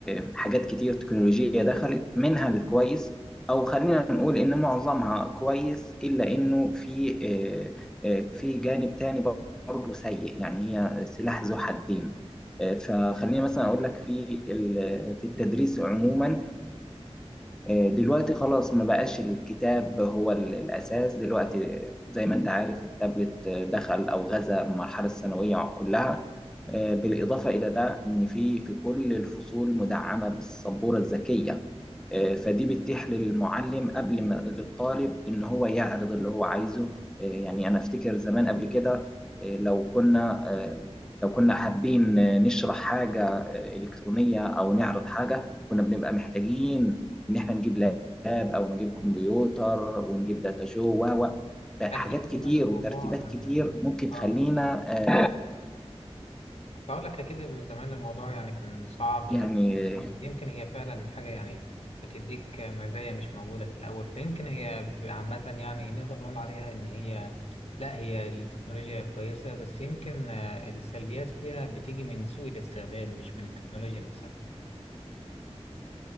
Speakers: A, in the centre; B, on the left.
A: آه، حاجات كتير تكنولوجية دخلت منها الكويس أو خلينا نقول إن معظمها كويس إلا إنه في آه، آه، في جانب تاني برضه سيء يعني هي سلاح ذو حدين آه، فخليني مثلا اقول لك في ال- في التدريس عموما آه، دلوقتي خلاص ما بقاش الكتاب هو ال- الأساس دلوقتي زي ما أنت عارف التابلت آه، دخل أو غزا المرحلة الثانوية كلها آه، بالإضافة إلى ده إن في في كل الفصول مدعمة بالسبورة الذكية آه، فدي بتتيح للمعلم قبل ما للطالب ان هو يعرض اللي هو عايزه آه، يعني انا افتكر زمان قبل كده آه، لو كنا آه، لو كنا حابين آه، نشرح حاجة آه، إلكترونية أو نعرض حاجة كنا بنبقى محتاجين ان احنا نجيب لاب او نجيب كمبيوتر ونجيب داتا شو و و حاجات
B: أكيد زمان
A: كتير
B: الموضوع
A: وترتيبات
B: كان
A: كتير ممكن تخلينا
B: آه
A: آه،
B: بقول لك أكيد من زمان الموضوع يعني كان صعب غير
A: يعني
B: <laughs> يمكن هي فعلا حاجة يعني بتديك مزايا مش موجودة في الأول فيمكن هي عامة يعني نقدر نقول عليها إن هي لا هي التكنولوجيا كويسة بس يمكن آه، السلبيات فيها بتيجي من سوء الاستخدام مش من التكنولوجيا نفسها